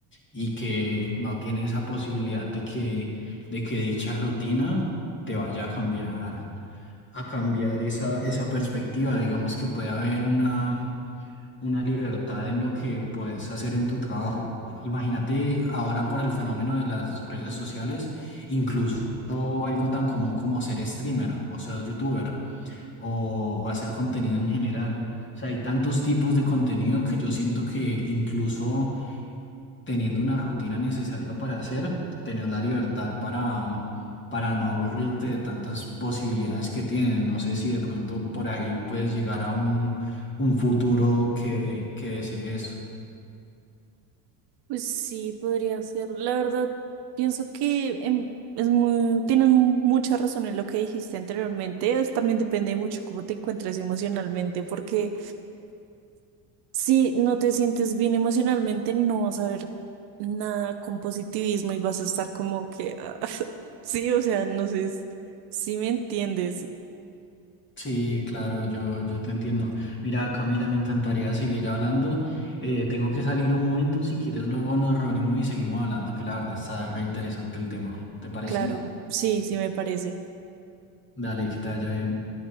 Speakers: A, on the left; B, on the right.
A: y que no tiene esa posibilidad de que, de que dicha rutina te vaya a cambiar, a cambiar esa, esa perspectiva. Digamos que puede haber una, una libertad en lo que puedes hacer en tu trabajo. Imagínate ahora por el fenómeno de las redes sociales, incluso algo tan común como ser streamer o ser youtuber o, o hacer contenido en general. O sea, hay tantos tipos de contenido que yo siento que incluso teniendo una rutina necesaria para hacer, tener la libertad para, mm, para no aburrirte de tantas posibilidades que tienes. No sé si de pronto por ahí puedes llegar a un, un futuro que, que desees.
B: Pues sí, podría ser. La verdad, pienso que em, es muy, tienes mucha razón en lo que dijiste anteriormente. Es- también depende mucho cómo te encuentres emocionalmente, porque si no te sientes bien emocionalmente, no vas a ver nada con positivismo y vas a estar como que, ah, <laughs> sí, o sea, no sé si me entiendes.
A: Sí, claro, yo, yo te entiendo. Mira, Camila, me encantaría seguir hablando. Eh, tengo que salir un momento. Si quieres, luego nos reunimos y seguimos hablando, que la verdad está re interesante el tema. ¿Te parece?
B: Claro, sí, sí me parece.
A: Dale, que te vaya bien.